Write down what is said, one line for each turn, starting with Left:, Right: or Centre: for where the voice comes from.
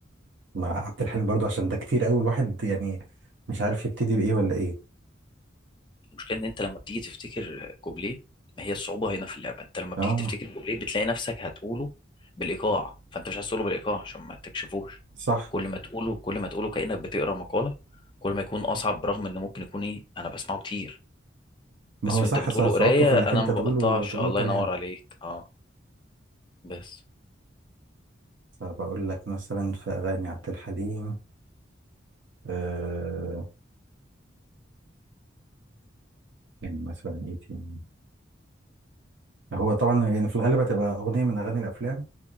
Right: مع عبد الحليم برضو عشان ده كتير قوي الواحد يعني مش عارف يبتدي بإيه ولا ايه
Left: المشكله ان انت لما بتيجي تفتكر كوبليه ما هي الصعوبه هنا في اللعبه انت لما بتيجي
Right: اه
Left: تفتكر كوبليه بتلاقي نفسك هتقوله بالايقاع فانت مش عايز تقوله بالايقاع عشان ما تكشفوش
Right: صح
Left: كل ما تقوله كل ما تقوله كانك بتقرا مقاله كل ما يكون اصعب برغم ان ممكن يكون ايه انا بسمعه كتير
Right: ما
Left: بس
Right: هو صح
Left: وانت بتقوله
Right: صع- صعوبته
Left: قرايه
Right: في انك
Left: انا
Right: انت
Left: ما
Right: تقوله
Left: بقطعش
Right: تقوله
Left: الله
Right: كلام
Left: ينور عليك اه بس
Right: فبقول لك مثلا في أغاني عبد الحليم آه، يعني مثلا ايه تاني هو طبعا يعني في الغالب هتبقى أغنية من أغاني الأفلام